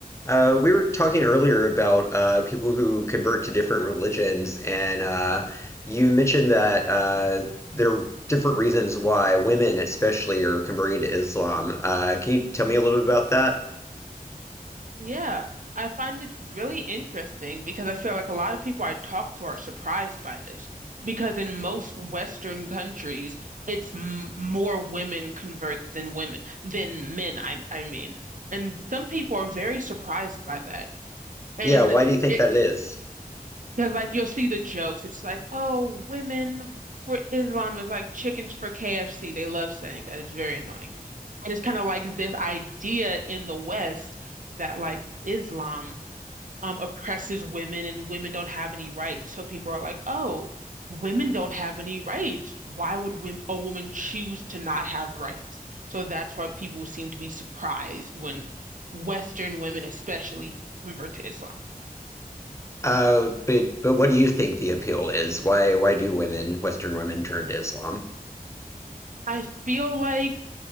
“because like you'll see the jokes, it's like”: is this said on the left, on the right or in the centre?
Right